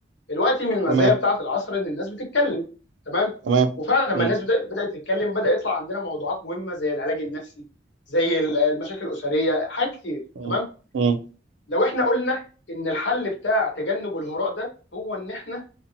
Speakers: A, on the left; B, on the right.
A: دلوقتي من المزايا
B: تمام
A: بتاعه العصر ان الناس بتتكلم تمام
B: تمام
A: وفعلا لما
B: امم
A: الناس بدأ- بدات تتكلم بدا يطلع عندنا موضوعات مهمه زي العلاج النفسي زي ال- المشاكل الاسريه حاجات كتير
B: امم
A: تمام
B: امم
A: لو احنا قلنا ان الحل بتاع تجنب الهراء ده هو ان احنا